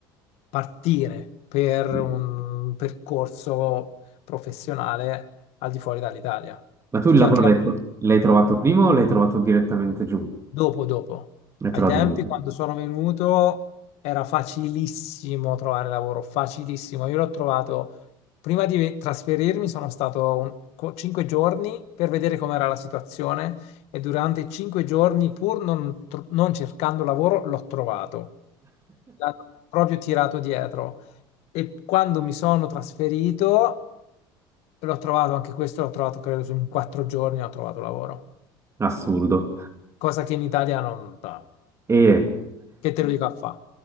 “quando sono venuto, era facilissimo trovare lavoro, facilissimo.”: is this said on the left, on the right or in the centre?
Left